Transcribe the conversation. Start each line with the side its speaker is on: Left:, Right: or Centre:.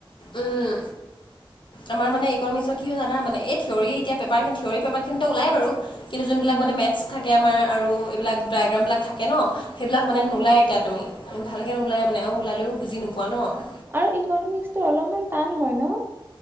Left: উম আমাৰ মানে ইকনমিক্সত কি হয় জানা মানে এই থিয়ৰি এতিয়া পেপাৰ থিয়ৰি পেপাৰখিনিতো ওলাই বাৰু <unintelligible> কিন্তু যোনবিলাক
Right: উম, উম।
Left: মানে মেথছ থাকে আমাৰ আৰু এইবিলাক ড্ৰায়গ্ৰাম বিলাক থাকে ন। সেইবিলাক
Right: হয়
Left: মানে নোলায়
Right: হয়
Left: এতিয়া তুমি ভালকে নোলাই মানে আৰু ওলালেও বুজি নোপোৱা ন'।
Right: আৰু ইকনমিক্সত টো অলপমান টান হয় ন।